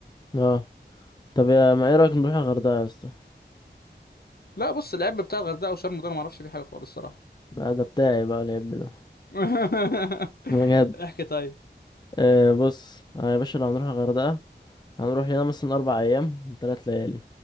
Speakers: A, on the left (about 25°); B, on the left (about 60°).
A: اه طب يا ما ايه رايك نروح الغردقة يا اسطى
B: لا بص العيب بتاع الغردقه وشرم ده انا ما اعرفش فيه حاجه خالص الصراحه
A: لا ده بتاعي بقى العيب ده
B: <laughs>
A: بجد
B: احكي طيب
A: آه بص آه يا باشا لو هنروح الغردقة هنروح لنا مثلا اربع ايام تلات ليالي